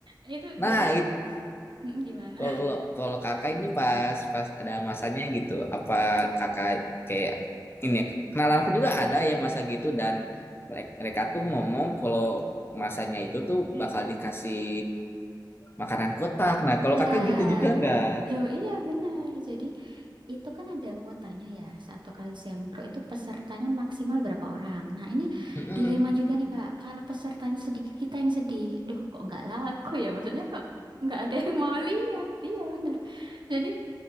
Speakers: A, on the right (about 80°); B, on the left (about 30°).
A: Itu
B: nah
A: jadi
B: itu
A: mm, gimana?
B: kalau kalau kakak ini pas pas ada masanya gitu, apa kakak kayak ini kenalan aku juga ada yang masa gitu dan mereka, mereka tuh ngomong kalau masanya itu tuh bakal dikasih makanan kotak. Nah, kalau
A: Ya,
B: kakak gitu juga nggak?
A: Loh, iya benar. Jadi itu kan ada kuotanya ya. Satu kali sempro itu pesertanya maksimal berapa orang. Nah, ini
B: Mm-mm.
A: dilema juga nih, Kak. Kalau pesertanya sedikit, kita yang sedih. Duh, kok nggak laku ya? Maksudnya kok nggak ada yang mau lihat. Iya benar. Jadi